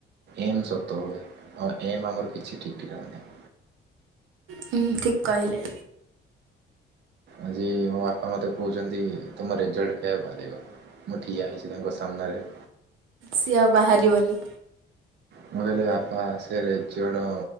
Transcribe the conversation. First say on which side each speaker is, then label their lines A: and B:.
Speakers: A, on the right (about 60°); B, on the right (about 85°).
A: ଏମ୍ ସତ ହୁଏ। ତ ଏମ୍ ଆମର କିଛି ଠିକ୍ ଠିକଣା ନାଇଁ।
B: ହୁଁ ହୁଁ ଠିକ୍ କହିଲେ।
A: ଆଜି ମୋ ବାପା ମତେ କହୁଚନ୍ତି ତମ ରେଜଲ୍ଟ କେବେ ବାହାରିବ? ମୁଁ ଠିଆ ହେଇଚି ତାଙ୍କ ସାମ୍ନାରେ
B: ସିଏ ଆଉ ବାହାରିବନି।
A: ମୁଁ କହିଲି ବାପା ସେ ରେଜଲ୍ଟ